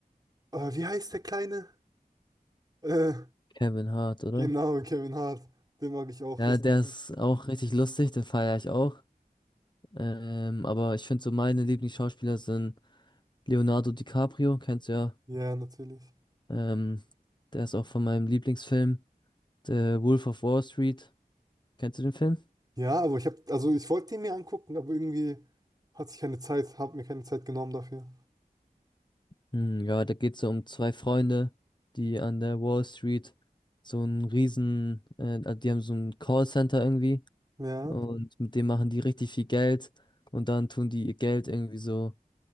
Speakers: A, on the right; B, on the left.
A: äh, wie heißt der Kleine? Äh,
B: Kevin Hart, oder?
A: genau, Kevin Hart. Den mag ich auch.
B: Ja,
A: Das
B: der ist auch richtig lustig, den feiere ich auch. Ähm, aber ich finde so meine Lieblingsschauspieler sind Leonardo DiCaprio, kennst du ja.
A: ja, natürlich.
B: Ähm, der ist auch von meinem Lieblingsfilm, The Wolf of Wall Street. Kennst du den Film?
A: Ja, aber ich habe, also ich wollte den mir angucken, aber irgendwie hatte ich keine Zeit, habe mir keine Zeit genommen dafür.
B: Hm, ja, da geht's ja um zwei Freunde, die an der Wall Street so ein riesen, äh, also die haben so ein Callcenter irgendwie
A: Ja,
B: und mit dem machen die richtig viel Geld und dann tun die ihr Geld irgendwie so